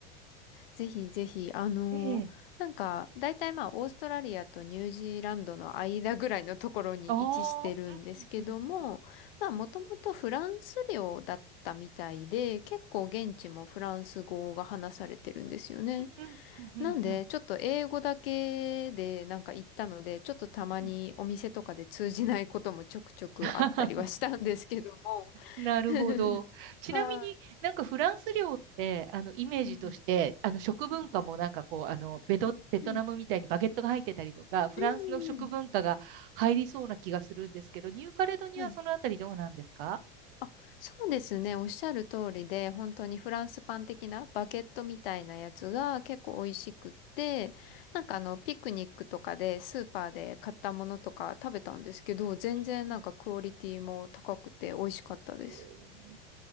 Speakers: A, on the left; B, on the right.
A: ぜひぜひ、あのーなんか、
B: ええ。
A: 大体まあ、オーストラリアとニュージーランドの間ぐらいのところに位置してるんですけども、
B: ああ、うんうんうんうん。
A: まあ、もともとフランス領だったみたいで、結構現地もフランス語が話されてるんですよね。
B: うんうんうんうんうん
A: なんで、ちょっと英語だけでなんか行ったので、ちょっとたまにお店とかで通じないこともちょくちょくあったりはしたんですけども。
B: うん。<laughs> なるほど。
A: <laughs>
B: ちなみになんかフランス料って、
A: は
B: あの、イメージとして、
A: い。うん。
B: あの、食文化もなんかこう、
A: う
B: あの、ベト、ベトナムみたいにバゲットが入ってたりとか、
A: ん。
B: フランスの食文化が入りそうな気がするんですけど、
A: うん。うん。
B: ニューカレドニアはそのあたりどうなんですか
A: はいあ、そうですね。おっしゃる通りで、本当にフランスパン的なバケットみたいなやつが結構美味しくって、なんかあの、ピクニックとかでスーパーで買ったものとか食べたんですけど、全然なんかクオリティも高くて美味しかったです。
B: うんえー